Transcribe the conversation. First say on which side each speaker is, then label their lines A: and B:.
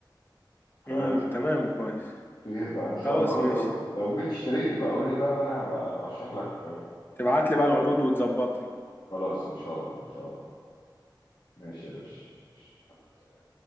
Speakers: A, on the left; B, on the left.
A: فخير
B: امم تمام كويس
A: بقى إن شاء
B: خلاص
A: الله
B: ماشي
A: لو لو جيت اشتريت يبقى قول لي بقى وأنا هبقى أرشح لك
B: تبعت لي بقى العروض وتظبطني
A: خلاص إن شاء الله إن شاء الله ماشي يا باشا ماشي.